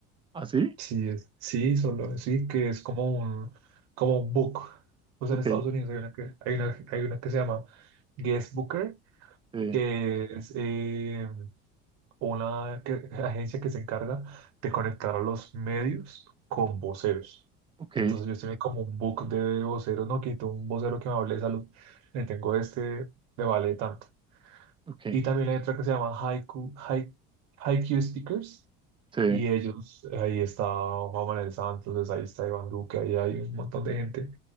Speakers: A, on the right (about 15°); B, on the right (about 65°).
A: ¿Así?
B: Sí, es, sí, solo, sí, que es como un, como un book. Pues
A: Ok,
B: en Estados Unidos hay una que, hay una, hay una que se llama Guest Booker,
A: sí,
B: que es eh, una que- agencia que se encarga de conectar a los medios con voceros.
A: ok,
B: Entonces yo estoy como un book de voceros, no quito un vocero que me hable de salud, le tengo este, le vale tanto.
A: ok,
B: Y también hay otra que se llama Haiku, Hai- Haiku Speakers.
A: sí.
B: Y ellos, ahí está Juan Manuel Santos, pues ahí está Iván Duque, ahí hay un montón de gente